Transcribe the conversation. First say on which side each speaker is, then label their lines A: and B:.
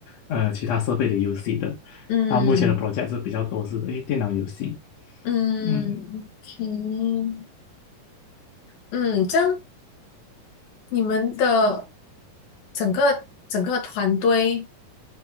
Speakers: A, on the left; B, on the left.
A: 呃，其他设备的游戏的。
B: 嗯
A: 到目前的 project 是比较多是诶电脑游戏，
B: 嗯，OK。
A: 嗯
B: 嗯，这样你们的整个整个团队